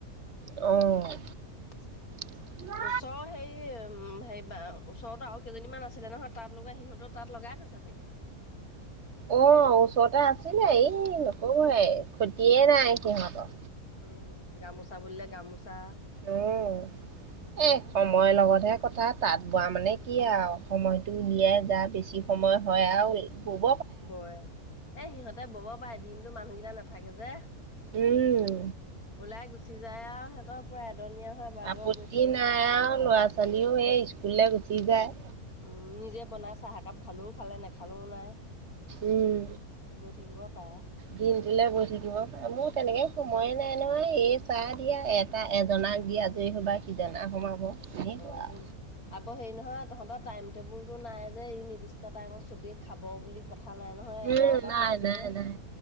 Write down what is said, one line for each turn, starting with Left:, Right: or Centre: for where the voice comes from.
Right: অহ।
Left: <unintelligible>
Right: <unintelligible>
Left: ওচৰৰ হেৰি, উম হৰি ওচৰতো আৰু কেইজনীমান আছিলে নহয়, তাত লগোৱা, সিহঁতৰ তাত লগাই থৈছে চাগে।
Right: অ', ওচৰতে আছিলে, এই নকবই খতিয়েই নাই সিহঁতৰ।
Left: উম, গামোচা বুলিলে গামোচা।
Right: অ', এই হে সময়ৰ লগতহে কথা, তাত বোৱা মানে কি আৰু সময়টো উলিয়াই যাৰ বেছি সময় হয় আৰু শুব।
Left: বয়। এই সিহঁতে ব'ব পাৰে, দিনটো মানুহকেইটা নাথাকে যে।
Right: উম।
Left: ওলাই গুচি যায় আৰু, সিহঁতৰ পুৰা এদনীয়া হয়। বৰাবৰ
Right: আপত্তি
Left: বৈ থাকিব
Right: নাই
Left: পাৰে
Right: আৰু ল'ৰা ছোৱালীও সেই স্কুললৈ গুচি যায়।
Left: উম', নিজে বনাই চাহ একাপ খালেও খালে, নেখালেও নাই।
Right: উম'
Left: বৈ থাকিব পাৰে
Right: দিনটোলে কৈছোঁ নহয়, মোৰ তেনেকে সময়ে নাই নহয়। এই চাহ দিয়া এ এটা এজনাক দি আজৰি হবা সিজনা সোমাব। এনেকুৱা
Left: অঁ
Right: আৰু।
Left: সেইটো। আকৌ হেৰি নহয় তহঁতৰ টাইম টেবুল টো নাই যে, এই নিৰ্দিষ্ট টাইমত চবেই খাব বুলি কথা নাই ন? হয়'
Right: উম
Left: এটা এটা
Right: নাই
Left: হৈ থাকে
Right: নাই
Left: যে,
Right: নাই